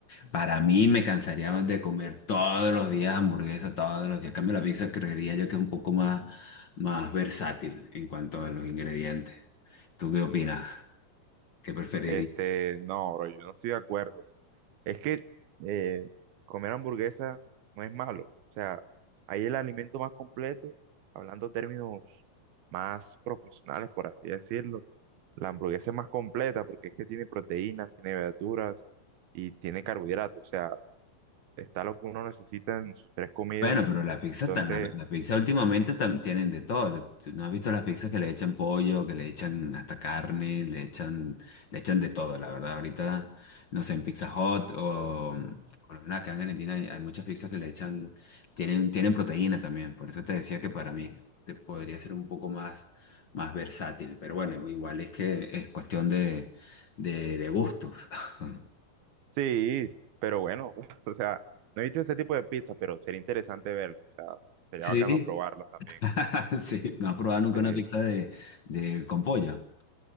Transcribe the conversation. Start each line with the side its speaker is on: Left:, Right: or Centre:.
Left: para mí me cansaría de comer todos los días hamburguesa, todos los días. En cambio, la pizza creería yo que es un poco más, más versátil en cuanto a los ingredientes. ¿Tú qué opinas? ¿Qué preferirías?
Right: Este, no, bro, yo no estoy de acuerdo. Es que eh, comer hamburguesa no es malo. O sea, hay el alimento más completo, hablando términos más profesionales, por así decirlo. La hamburguesa es más completa porque es que tiene proteínas, tiene verduras y tiene carbohidratos. O sea, está lo que uno necesita en sus tres comidas.
Left: Bueno, pero la pizza,
Right: Entonces,
Left: tan, la, la pizza últimamente tam- tienen de todo. ¿Tú ¿No has visto las pizzas que le echan pollo, que le echan hasta carne, le echan, le echan de todo, la verdad. Ahorita, no sé, en Pizza Hut o por lo menos acá en Argentina hay, hay muchas pizzas que le echan, tienen, tienen proteína también. Por eso te decía que para mí te- podría ser un poco más, más versátil. Pero bueno, igual es que es cuestión de, de, de gustos. <laughs>
Right: Sí, pero bueno, <laughs> o sea, no he visto ese tipo de pizza, pero sería interesante verlo, o sea, sería
Left: Sí,
Right: bacano probarlas también.
Left: <laughs> sí, no has probado nunca
Right: Sí.
Left: una pizza de, de con pollo.